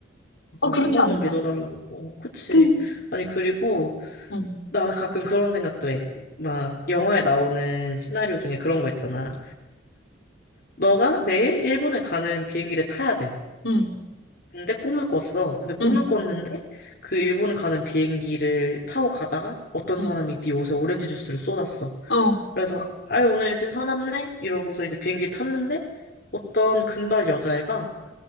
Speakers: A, on the left; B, on the left.
A: 맞아.
B: 어, 그렇지
A: 한 번만
B: 않을까?
A: 믿어달라고. 어, 그치.
B: 근,
A: 아니, 그리고,
B: 응,
A: 나 가끔 그런 생각도 해. 막, 영화에 나오는 시나리오 중에 그런 거 있잖아. 너가 내일 일본에 가는 비행기를 타야 돼.
B: 응,
A: 근데 꿈을 꿨어. 근데 꿈을
B: 응,
A: 꿨는데, 그 일본 가는 비행기를 타고 가다가 어떤
B: 응,
A: 사람이 네 옷에 오렌지 주스를 쏟았어.
B: 어,
A: 그래서 아유 오늘 일진 사납네 이러고서 이제 비행기 를 탔는데 어떤 금발 여자애가